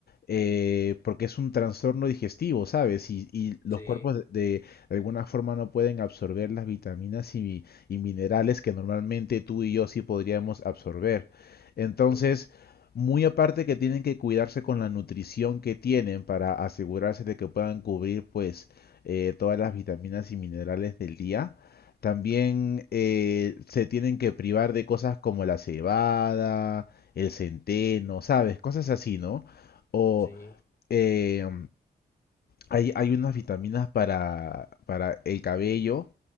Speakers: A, on the left (about 60°); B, on the left (about 15°).
A: eh, porque es un trastorno digestivo, ¿sabes? Y, y los
B: Sí,
A: cuerpos de, de alguna forma no pueden absorber las vitaminas y, y minerales que normalmente tú y yo sí podríamos absorber. Entonces,
B: ujú,
A: muy aparte que tienen que cuidarse con la nutrición que tienen para asegurarse de que puedan cubrir pues eh, todas las vitaminas y minerales del día. También eh, se tienen que privar de cosas como la cebada, el centeno, ¿sabes? Cosas así, ¿no? O
B: sí.
A: eh, hay, hay unas vitaminas para, para el cabello